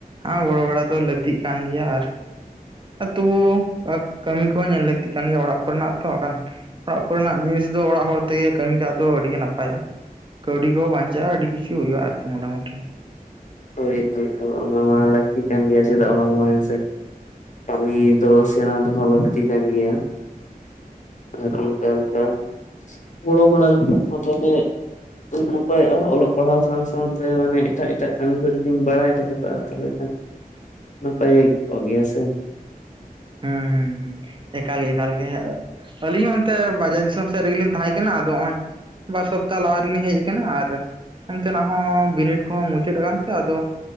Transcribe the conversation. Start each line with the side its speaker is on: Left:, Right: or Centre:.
Right: ᱦᱮᱸ ᱜᱚᱲᱚ ᱵᱟᱲᱟ ᱫᱚ ᱞᱟᱹᱠᱛᱤᱜ ᱠᱟᱱ ᱜᱮᱭᱟ ᱟᱨ ᱛᱚᱵᱩ ᱠᱟᱹᱢᱤ ᱠᱚᱦᱚᱸ ᱧᱮᱞ ᱞᱟᱹᱠᱛᱤᱜ ᱠᱟᱱ ᱜᱮᱭᱟ ᱚᱲᱟᱜ ᱠᱚᱨᱮᱱᱟᱜ ᱛᱚ ᱟᱠᱷᱟᱱᱼᱼ ᱚᱲᱟᱜ ᱠᱚᱨᱮᱱᱟᱜ ᱡᱤᱱᱤᱥ ᱫᱚ ᱚᱲᱟᱜ ᱦᱚᱲ ᱛᱮᱜᱮ, ᱠᱟᱹᱢᱤ ᱠᱟᱜ ᱫᱚ ᱟᱹᱰᱤᱜᱮ ᱱᱟᱯᱟᱭᱟ ᱾ ᱠᱟᱹᱣᱰᱤ ᱠᱚᱦᱚᱸ ᱵᱟᱧᱪᱟᱜᱼᱟ ᱟᱹᱰᱤ ᱠᱤᱪᱷᱩ ᱦᱩᱭᱩᱜᱼᱟ ᱟᱨᱠᱤ ᱢᱚᱴᱟᱢᱩᱴᱤ ᱾
Left: ᱦᱳᱭ ᱦᱚᱳᱭᱛᱚ ᱚᱱᱟ ᱢᱟ ᱞᱟᱹᱠᱛᱤ ᱠᱟᱱ ᱜᱮᱭᱟ ᱪᱮᱫᱟᱜ ᱵᱟᱝᱢᱟ ᱦᱮᱸᱥᱮ ᱠᱟᱹᱢᱤ ᱛᱚ
Right: ᱦᱮᱸ
Left: ᱥᱮᱬᱟ ᱫᱚᱦᱚᱸ ᱞᱟᱹᱠᱛᱤ ᱠᱟᱱ ᱜᱮᱭᱟ ᱾ ᱟᱨ ᱚᱱᱠᱟ ᱚᱱᱠᱟ ᱜᱚᱲᱚᱢ ᱦᱟᱲᱟᱢ ᱠᱟᱛᱷᱟ ᱦᱚᱛᱮ ᱛᱮ ᱱᱟᱯᱟᱭᱚᱜᱼᱟ, ᱚᱞᱚᱜ ᱯᱟᱲᱦᱟᱣ ᱥᱟᱶ ᱥᱟᱶᱛᱮ ᱢᱟᱱᱮ ᱮᱴᱟᱜ ᱮᱴᱟᱜ ᱠᱟᱹᱢᱤ ᱠᱚ ᱡᱩᱫᱤᱢ ᱵᱟᱲᱟᱭ ᱫᱚᱦᱚ ᱠᱟᱜᱼᱟ ᱾ ᱛᱟᱦᱚᱞᱮ ᱱᱟᱯᱟᱭ ᱚᱜ ᱜᱮᱭᱟᱥᱮ
Right: ᱦᱩᱸᱻᱦᱩᱸᱻ ᱮᱠᱟᱞ ᱜᱮ ᱮᱠᱟᱞ ᱜᱮ ᱟᱹᱞᱤᱧ ᱦᱚᱸ ᱛᱮ ᱵᱟᱡᱟᱨ ᱫᱤᱥᱚᱢ ᱥᱮᱜ ᱨᱮᱜᱮᱞᱤᱧ ᱛᱟᱦᱮᱸ ᱠᱟᱱᱟ ᱟᱫᱚ, ᱦᱚᱜᱼᱚᱭ ᱵᱟᱨ ᱥᱚᱯᱛᱟ ᱞᱟᱦᱟ ᱨᱮᱞᱤᱧ ᱦᱮᱡ ᱠᱟᱱᱟ ᱟᱨ ᱚᱱᱛᱮᱱᱟᱜ ᱦᱚᱸ ᱵᱤᱱᱤᱰ ᱠᱚᱦᱚᱸ ᱢᱩᱪᱟᱹᱫ ᱟᱠᱟᱱᱛᱮ ᱟᱫᱚ